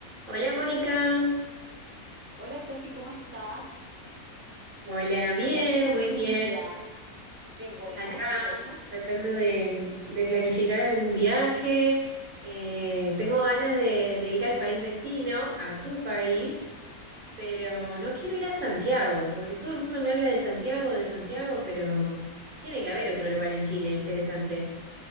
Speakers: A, on the right; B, on the right.
A: Hola Mónica,
B: Hola Sofi, ¿cómo estás?
A: hola, bien,
B: ¿Qué ha sido de
A: muy
B: tu
A: bien.
B: vida? Qué bueno,
A: Acá
B: qué bueno.
A: tratando de, de planificar algún viaje. Eh, tengo ganas de, de ir al país vecino, a tu país, pero no quiero ir a Santiago, porque todo el mundo me habla de Santiago, de Santiago, pero tiene que haber otro lugar en Chile interesante.